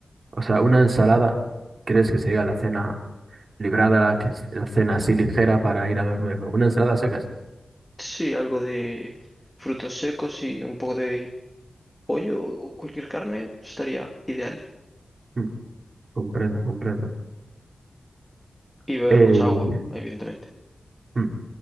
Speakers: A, on the right; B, in the centre.
A: O sea, una ensalada. ¿Crees que sería la cena librada, la, que la cena así ligera para ir a dormir? ¿no? Una ensalada a secas.
B: Sí, algo de frutos secos y un poco de pollo o cualquier carne estaría ideal.
A: Mm, Comprendo, comprendo.
B: Y beber
A: Eh,
B: mucha agua, evidentemente.
A: mm,